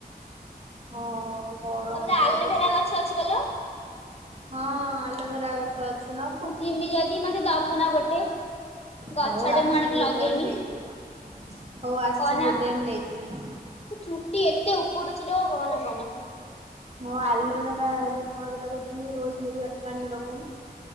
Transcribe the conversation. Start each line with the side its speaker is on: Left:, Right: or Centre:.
Right: ହଁ ଗରମ
Left: ତମର
Right: ତ
Left: ଆଲୋଭେରା
Right: ଏବେ ପ୍ରବଳ,
Left: ଗଛ ଅଛି ବା ଲୋ?
Right: ହଁ ଆଲୋଭେରା ଗଛ ସେ ଅଛି ନା
Left: ମୁ ଜିମି ଯଦି ମତେ ଦବୁ ନା ଗୋଟେ? ଗଛଟେ
Right: ହୋଉ ଆସିବୁ
Left: ମୁଁ ଆଣିକି ଲଗେଇନି
Right: ଯେତେବେଳେ ନେଇଯିବୁ ଆଉ। ହୋଉ ଆସିବୁ
Left: କହନା
Right: କେତେବେଳେ ନେଇଯିବୁ।
Left: ଚୁଟି ଏତେ ଉପୁଡୁଚି ଲୋ କହନା କହନା।
Right: ହଁ ଆଲୋଭେରା, ଯୋଉ କଣ ସେଟା କହୁଛନ୍ତି ରୋଜ୍ ମେରି ୱାଟର ଆଣି ଲଗଉନୁ।